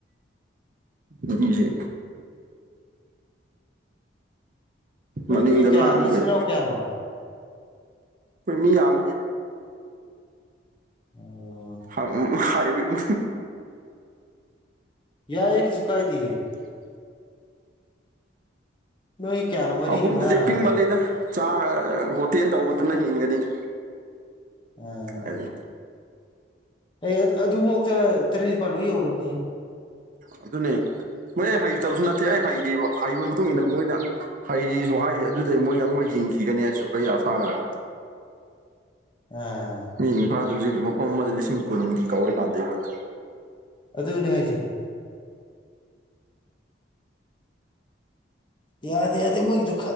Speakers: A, on the right (about 45°); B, on the left (about 25°).
A: ꯕꯗꯤꯖꯦ
B: ꯅꯣꯏꯗꯤ
A: ꯃꯅꯤꯡꯗ
B: ꯀꯌꯥ
A: ꯂꯥꯡꯕꯩ
B: ꯅꯆꯤꯜ ꯅꯅꯥꯎ ꯀꯌꯥꯅꯣ
A: ꯀꯨꯏꯃꯤ ꯌꯥꯝꯃꯦ
B: ꯑꯣ
A: ꯪ <unintelligible>
B: ꯌꯥꯏ ꯀꯩꯁꯨ ꯀꯥꯏꯗꯦ
A: <unintelligible>
B: ꯅꯣꯏ ꯀꯌꯥꯅꯣ ꯃꯔꯤꯔ
A: ꯑꯍꯨꯝꯗꯨꯗꯤ
B: ꯃꯉꯥꯔꯕ
A: ꯄꯤꯡꯃꯜꯂꯤꯗ ꯆꯥ ꯍꯣꯇꯦꯜ ꯇꯧꯕꯗꯨꯅ ꯍꯦꯟꯒꯅꯤꯗ
B: ꯑꯣꯝ
A: ꯀꯥꯏꯗꯒꯤ
B: ꯑꯩ ꯑꯗꯨꯐꯥꯎꯗ ꯇꯔꯦꯠ ꯅꯤꯄꯥꯜ ꯂꯣꯏ ꯌꯧꯔꯕꯅꯦ
A: ꯑꯗꯨ ꯑꯗꯨꯅꯦ ꯃꯣꯏ ꯑꯩ ꯍꯩꯇꯕꯁꯨ ꯅꯠꯇꯦ ꯑꯩ ꯍꯩꯕ ꯍꯩꯕ ꯃꯇꯨꯡ ꯏꯟꯅ ꯃꯣꯏꯅ ꯍꯩꯔꯤꯁꯨ ꯍꯥꯏꯔꯤ ꯑꯗꯨꯗꯩ ꯃꯣꯏꯅ ꯑꯃꯨꯛꯀ ꯌꯦꯡꯈꯤ ꯊꯤꯒꯅꯤ ꯍꯥꯏꯁꯨ ꯀꯩ ꯑꯊꯥꯅꯒꯦ
B: ꯑ
A: ꯃꯤ ꯏꯝꯐꯥꯜꯗ ꯍꯧꯖꯤꯛ ꯃꯐꯝ ꯑꯃꯗ ꯂꯤꯁꯤꯡ ꯀꯨꯟꯒꯤ ꯀꯧꯔꯀꯥꯟꯗ ꯑꯩꯉꯣꯟꯗ
B: ꯑꯗꯨꯅꯦ ꯍꯥꯏꯁꯦ ꯌꯥꯗꯦ ꯌꯥꯗꯦ ꯃꯣꯏꯒꯤꯗꯨ